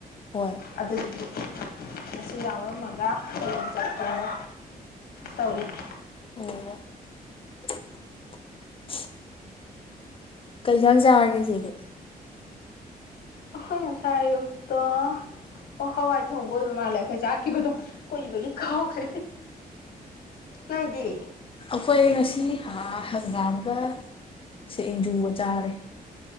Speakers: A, on the left; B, on the left.
A: ꯍꯣꯏ
B: ꯑꯗꯨꯗꯨꯒꯤ ꯃꯁꯤ ꯌꯥꯎꯔꯝꯃꯒ ꯍꯌꯦꯡ ꯆꯠꯀꯦꯅ ꯇꯧꯔꯤꯅꯤ
A: ꯑꯣ ꯀꯩꯖꯥꯡ ꯆꯥꯔꯒꯦ ꯆꯦꯗꯤ
B: ꯑꯩꯈꯣꯏ ꯉꯁꯥꯏ ꯑꯌꯨꯛꯇ ꯑꯣ ꯍꯋꯥꯏ ꯊꯣꯡꯕ ꯑꯣꯏꯕ ꯃꯥꯜꯂꯦ ꯑꯩꯈꯣꯏ ꯆꯥꯛꯈꯤꯕꯗꯣ ꯀꯨꯏꯕꯒꯤ ꯀꯥꯎ꯭ꯔꯦ ꯅꯣꯏꯗꯤ
A: ꯑꯩꯈꯣꯏ ꯉꯁꯤ ꯍꯪꯒꯥꯝꯒ ꯁꯤꯡꯖꯨꯒ ꯆꯥꯔꯦ